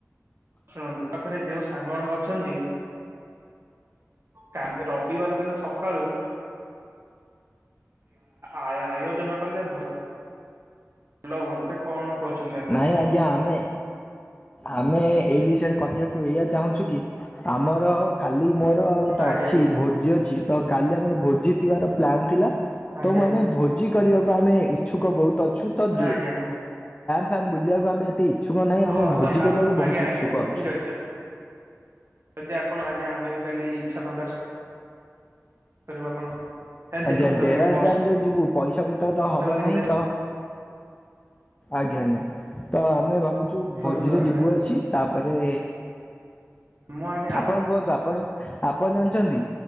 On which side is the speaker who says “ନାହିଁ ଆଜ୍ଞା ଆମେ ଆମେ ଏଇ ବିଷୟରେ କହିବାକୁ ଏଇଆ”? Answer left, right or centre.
Left